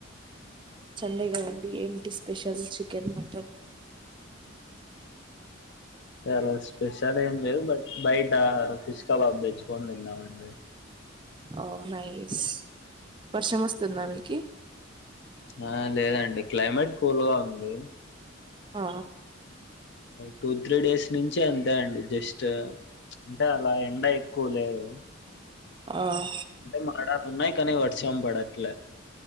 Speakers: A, on the right (about 25°); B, on the left (about 60°).
A: సండేగండి ఏంటి స్పెషల్ చికెన్ మటన్
B: అలా స్పెషల్ ఏం లేవు బట్ బయట ఫిష్ కబాబు తెచ్చుకొని తిన్నామండి
A: ఓ నైస్ వర్షం వస్తుందా మీకి
B: ఆ లేదండి క్లైమేట్ కూల్ గా ఉంది
A: ఆ
B: టూ త్రీ డేస్ నుంచే అంతే అండి జస్ట్ అంటే అలా ఎండ ఎక్కువ లేదు
A: ఆ
B: అంటే మాడటు ఉన్నాయి కానీ వర్షం పడట్లేదు